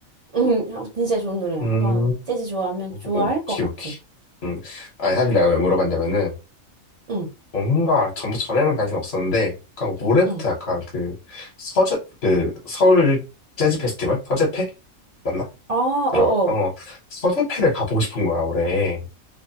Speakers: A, on the right (about 45°); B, on the left (about 50°).
A: 음, <laughs> 아, 진짜 좋은 노래야.
B: 음,
A: 한번 재즈 좋아하면 좋아할
B: 오키,
A: 것 같아.
B: 오키. 음, 아, 사실 내가 왜 물어봤냐면은,
A: 응,
B: 뭔가 전부 전에는 관심 없었는데, 그러니까 올해부터
A: 응.
B: 약간 그 서재 그 서울 재즈 페스티벌 서재페 맞나?
A: 아,
B: 들어
A: 어어.
B: 어 서재페를 가보고 싶은 거야 올해.